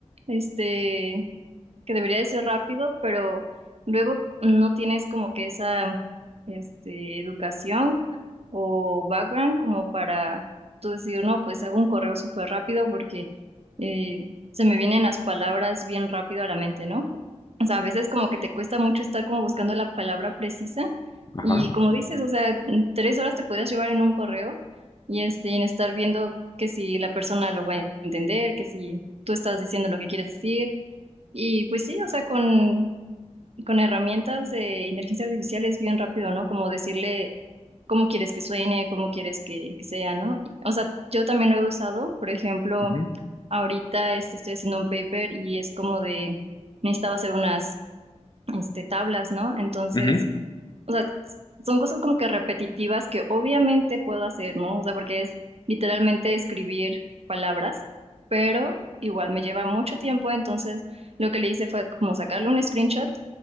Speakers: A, on the right (about 55°); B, on the left (about 35°).
A: este, que debería de ser rápido, pero luego no tienes como que esa, este, educación o background como para tú decir, no, pues hago un correo súper rápido porque eh, se me vienen las palabras bien rápido a la mente, ¿no? O sea, a veces como que te cuesta mucho estar como buscando la palabra precisa
B: Ajá.
A: y como dices, o sea, en tres horas te podrías llevar en un correo y este, en estar viendo que si la persona lo va a entender, que si tú estás diciendo lo que quieres decir. Y pues sí, o sea, con, con herramientas de inteligencia artificial es bien rápido, ¿no? Como decirle cómo quieres que suene, cómo quieres que, que sea, ¿no? O sea, yo también lo he usado, por ejemplo,
B: ujú,
A: ahorita este, estoy haciendo un paper y es como de, necesitaba hacer unas este, tablas, ¿no? Entonces,
B: ujú.
A: o sea, s- son cosas como que repetitivas que obviamente puedo hacer, ¿no? O sea, porque es literalmente escribir palabras, pero igual me lleva mucho tiempo, entonces lo que le hice fue como sacarle un screenshot,